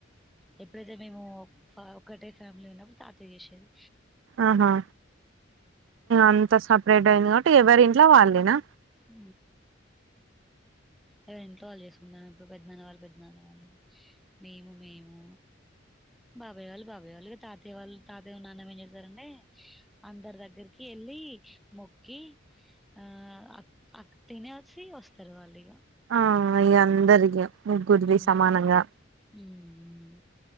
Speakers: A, in the centre; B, on the right (about 75°).
A: ఎప్పుడైతే మేము ఒక్కటే ఫ్యామిలీ ఉన్నప్పుడు తాతయ్య చేసిండ్రు
B: ఆహా అంత సపరేట్ అయింది కాబట్టి ఎవరింట్ల ట్ల వాళ్లేనా
A: ఉ అదే ఇంట్లో వాళ్ళు చేసుకుంటాము ఇప్పుడు పెద్దనాన్న వాళ్ళు పెద్దనాన్న వాళ్ళు ఎవరి ఇంట్లో వాళ్ళు చేసుకున్నారు పెదనాన్న మేము మేము బాబాయ్య వాళ్ళు బాబాయ్య వాళ్ళు ఇగ తాతయ్య వాళ్ళు తాతయ్య నాన్న ఏం చేసారంటే అందరి దగ్గరికి వెళ్ళి మొక్కి ఆ అక్క తినే వచ్చి ఉచ్చుమ్ తెరవాలి
B: ఆ అయ్య అందరికి ముగ్గురిది
A: మ్మ్
B: సమానంగా
A: మ్మ్